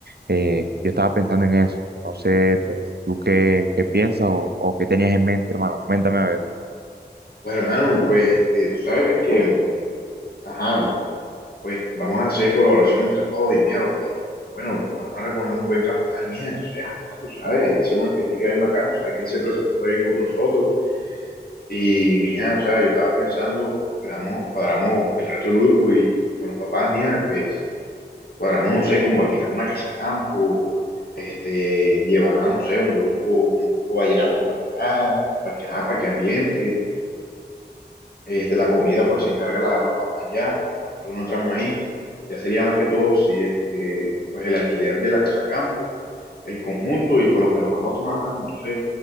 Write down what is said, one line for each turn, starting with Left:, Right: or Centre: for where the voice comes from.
Right: eh, yo estaba pensando en eso. No sé, pues, ¿tú qué, qué piensas o, o qué tenías en mente, hermano? Cuéntame a ver.
Left: Pues, hermano, pues este, tú sabes que, ajá, pues vamos a hacer colaboración entre todos y mira lo que hay. Bueno, vamos a recoger un buen capital, mija. Entonces, ajá, tú sabes, hay que hacer una fiestica bien bacana. tú Sabes que él siempre se porta bien con nosotros. Y, mija, o sea, yo estaba pensando, pues, vamos, cuadramos el resto del grupo y con los papás, mija, pues Cuadramos, no sé, como alquilar una casa campo, este, llevar, no sé, un grupo, un grupo vallenato para allá, para que, ajá, para que ambiente, este, la comida pues se encarga la- los papás ya, nosotros no entramos ahí, ya sería más que todo si este, pues el alquiler de la casa campo, el conjunto y pues lo que nos vamos a tomar, mano, entonces